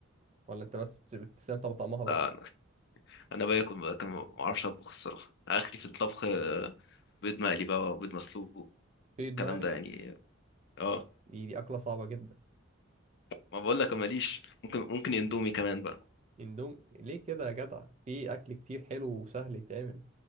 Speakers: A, on the right (about 35°); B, on the left (about 55°).
A: ولا أنت بس بتستمتع بطعمها بس؟
B: لا أنا أنا باكل بقى كان ما أعرفش أطبخ الصراحة آخري في الطبخ آه، بيض مقلي بقى وبيض مسلوق
A: بيض
B: الكلام
A: مقلي
B: ده يعني اه
A: دي دي أكلة صعبة جدا
B: ما بقول لك ماليش ممكن ممكن اندومي كمان بقى
A: اندومي ليه كده يا جدع في اكل كتير حلو وسهل يتعمل